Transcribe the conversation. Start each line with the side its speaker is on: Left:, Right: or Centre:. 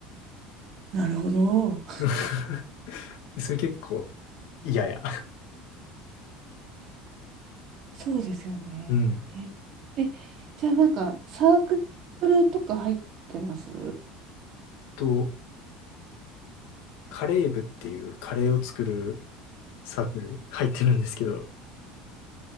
Right: なるほど。
Left: <laughs> それ結構嫌や。
Right: そうですよね。
Left: うん。
Right: え、え、じゃあなんか、サークルとか入ってます
Left: と、カレー部っていうカレーを作るサークル入ってるんですけど、